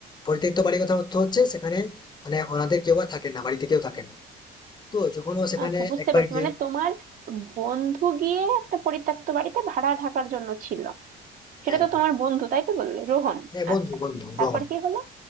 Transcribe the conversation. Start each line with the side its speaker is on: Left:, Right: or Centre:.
Left: পরিত্যক্ত বাড়ির কথা অর্থ হচ্ছে সেখানে মানে ওনাদের কেউ আর থাকেন না বাড়িতে কেউ থাকেন না তো যখন ও সেখানে
Right: আচ্ছা বুঝতে
Left: একবার
Right: পেরেছি
Left: গিয়ে
Right: মানে তোমার বন্ধু গিয়ে একটা পরিত্যক্ত বাড়িতে ভাড়া থাকার জন্য ছিল সেটা
Left: হ্যাঁ
Right: তো তোমার বন্ধু তাই তো বললে রোহন
Left: হ্যাঁ বন্ধু
Right: আচ্ছা
Left: বন্ধু
Right: তারপর
Left: গ্রহ
Right: কি হলো